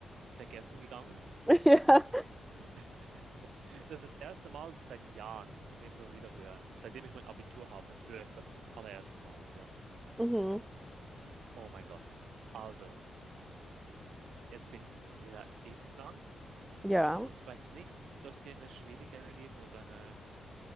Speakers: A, on the right; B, in the centre.
A: vergessen gegangen.
B: Ja.
A: <laughs> Das ist das erste Mal seit Jahren, seitdem ich das wieder höre. Seitdem ich mein Abitur habe, höre ich das zum allerersten Mal wieder.
B: Mhm.
A: Oh mein Gott. Also, jetzt bin wieder ich dran.
B: Ja.
A: So, ich weiß nicht, soll ich dir eine schwierigere geben oder eine,